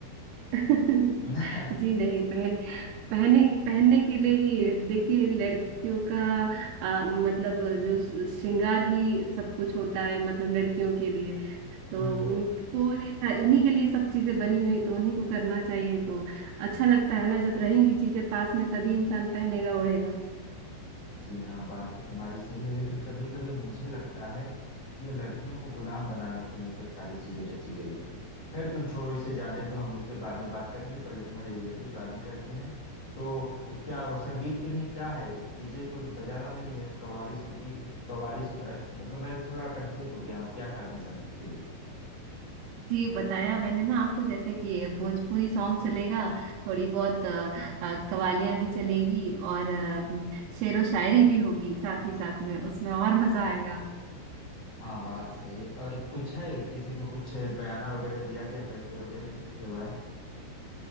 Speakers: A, on the right; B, on the left.
A: <laughs>
B: <laughs>
A: जी नहीं पहन पहने पहनने के लिए ही देखिए लड़कियों का आ, मतलब जो श्रृंगार ही सब कुछ होता है मतलब लड़कियों के लिए तो
B: हम्म
A: उनको ये- उन्हीं के लिए सब चीजें बनी हुई है तो उन्हीं को करना चाहिए तो अच्छा लगता है ना जब रहेंगी चीजें पास में तभी इंसान पहनेगा ओढ़ेगा
B: जी हाँ बात तो तुम्हारी सही है लेकिन कभी कभी मुझे लगता है कि ये लड़कियों को गुलाम बनाने के लिए ये सब सारी चीजें रची गई है खैर तुम छोड़ो इसे जाने दो हम इस पे बाद में बात करेंगे पहले तुम्हारे इवेंट की प्लानिंग करते हैं तो क्या वो संगीत के लिए क्या है डीजे तो बजाना नहीं है कव्वाली सुननी कव्वाली सुनना मतलब मैं थोड़ा कंफ्यूज हो गया हूँ क्या करना संगीत के लिए
A: जी बताया मैंने ना आपको जैसे कि ये भोजपुरी सॉन्ग चलेगा थोड़ी बहुत अ, अ, कवालियां भी चलेगी और अ, शेरो शायरी भी होगी साथ ही साथ में उसमें और मजा आएगा
B: हाँ बात सही है और कुछ है किसी को कुछ बयाना वगैरह दिया गया पैसे वगैरह जिससे हुआ है